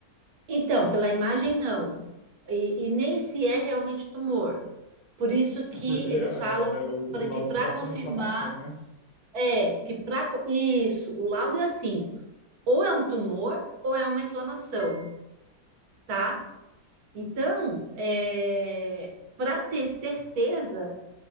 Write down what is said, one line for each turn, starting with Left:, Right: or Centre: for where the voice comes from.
Right: Então, pela imagem, não. E, e nem se é realmente tumor. Por isso que
Left: É Porque
Right: eles
Left: é,
Right: falam
Left: o,
Right: para
Left: o
Right: que
Left: laudo
Right: para
Left: dá
Right: confirmar
Left: com inflamação, né?
Right: é que para isso, o laudo é assim, ou é um tumor ou é uma inflamação, tá? Então, é, para ter certeza